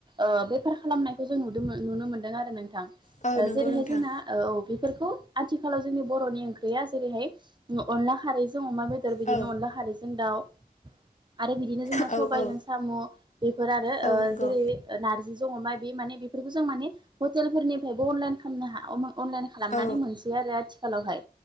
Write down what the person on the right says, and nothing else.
ओ बेफार खालामनायखौ जों नुदों नुनो मोनदों आरो नोंथां।
ओ
जेरैहाय
जोंना औ औ बेफोरखौ आथिखालाव जोंनि बर'नि ओंख्रिया जेरैहाय ओ अनला खारैजों अमा बे दर बिदिनो
अनला खारैजों दाउ आरो बिदिनो जोंना
सबायजों
साम' बेफोर आरो
ओ
जेरै ओ नारजिजों अमा बे माने बेफोरखौ जों माने हटेल फोरनिफ्रायबो अनलाइन खालामनो हा अनलाइन खालामनानै
मोनसै आरो आथिखालावहाय